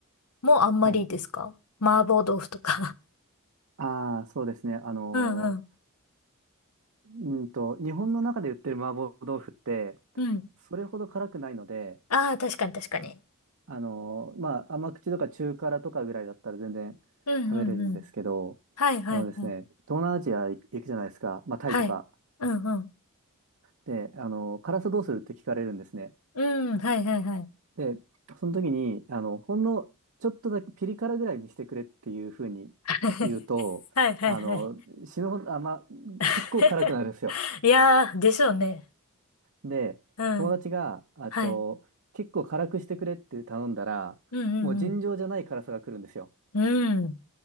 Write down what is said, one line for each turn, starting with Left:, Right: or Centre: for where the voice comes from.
Left: もあんまりですか麻婆豆腐とか。
Right: はい。ああそうですね。あの
Left: <laughs> うんうん。
Right: ー、うーんと、日本の中で売ってる麻婆豆腐って、
Left: うん。
Right: それほど辛くないので、
Left: ああ、確かに確かに。
Right: あのーまあ、甘口とか中辛とかぐらいだったら全然食べれるんですけど、
Left: うんうんうん。はいはいはい。
Right: あのですね、東南アジア行くじゃないですか、まあ、タイとか。
Left: はい。うんうん。
Right: で、あのー辛さどうするって聞かれるんですね。
Left: うん、はいはいはい。
Right: で、その時に、あの、ほんのちょっとだけピリ辛ぐらいにしてくれっていうふうに
Left: <laughs>
Right: 言うと、
Left: はいはいはい。
Right: あの死ぬほど、あ、まあ、
Left: <laughs>
Right: 結構辛くなるんですよ。
Left: いやー、でしょうね。
Right: で、
Left: うん。
Right: 友達が、あと、
Left: はい。
Right: 結構辛くしてくれって頼んだら、
Left: うんうん
Right: もう尋常じゃない辛さが来るんですよ。
Left: うん。うん。